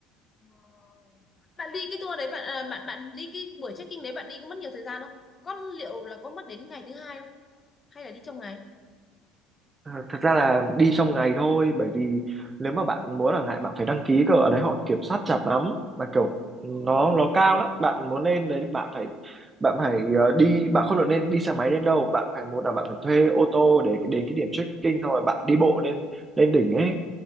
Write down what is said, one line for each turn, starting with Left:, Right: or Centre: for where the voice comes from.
Left: Wow. bạn đi cái tour đấy bạn à, bạn bạn đi cái buổi check-in đấy bạn đi có mất nhiều thời gian không có liệu là có mất đến ngày thứ hai không hay là đi trong ngày
Right: À, thật ra là đi trong ngày thôi bởi vì nếu mà bạn muốn ở lại bạn phải đăng ký cơ ở đấy họ kiểm soát chặt lắm mà kiểu ừ,
Left: ồ
Right: nó nó cao lắm bạn muốn lên đấy bạn phải bạn phải ờ, đi bạn không được nên đi xe máy lên đâu bạn phải một là bạn phải thuê ô tô để đến cái điểm trekking xong rồi bạn đi bộ lên lên đỉnh ấy